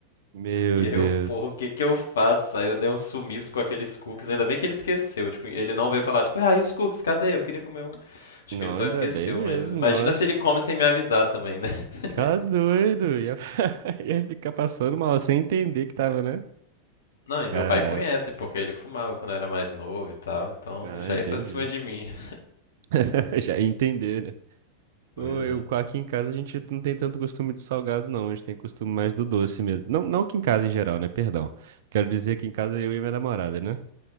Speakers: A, on the right; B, on the left.
A: Meu
B: E aí
A: Deus.
B: eu, porra, o que que eu faço? Aí eu dei um sumiço com aqueles cookies, ainda bem que ele esqueceu, tipo, ele não veio falar, tipo, ah, e os cookies, cadê? Eu queria comer um. Acho
A: Não,
B: que ele só
A: ainda
B: esqueceu,
A: bem mesmo,
B: mas imagina
A: nossa.
B: se ele come sem me avisar também, né?
A: Ficar
B: <laughs>
A: doido. Ia, <laughs> ia ficar passando mal sem entender que tava, né?
B: Não, e
A: Caraca.
B: meu pai conhece, porque ele fumava quando era mais novo e tal, então
A: Ah,
B: já
A: entendi.
B: ia pra cima de mim. já.
A: <laughs> Já ia entender, né? Ô,
B: Pois
A: Eu,
B: é.
A: com- aqui em casa a gente não tem tanto costume de salgado, não. A gente tem costume mais do doce mesmo. Não, não que em casa em geral, né? Perdão. Quero dizer que em casa eu e minha namorada, né?